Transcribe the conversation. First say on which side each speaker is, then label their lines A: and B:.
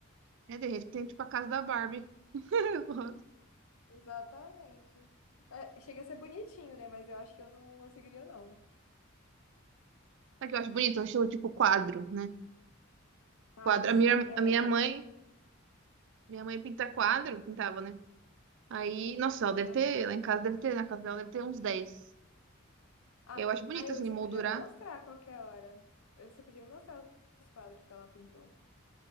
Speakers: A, on the right (about 60°); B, on the left (about 75°).
A: É, tem gente que tem, tipo, a casa da Barbie. <laughs>
B: Exatamente. É, chega a ser bonitinho, né? Mas eu acho que eu não conseguiria, não.
A: Sabe o que eu acho bonito? Eu acho, tipo, quadro, né?
B: Ah,
A: Quadro.
B: sim,
A: A minha,
B: é
A: a minha
B: uma.
A: mãe, minha mãe pinta quadro, pintava, né? Aí, nossa, ela deve
B: Aham.
A: ter, lá em casa deve ter, na casa dela deve ter uns dez
B: Ah,
A: Eu acho bonito,
B: aí
A: assim,
B: você
A: de moldurar.
B: podia me mostrar a qualquer hora. Você podia me mostrar os quadros que ela pintou.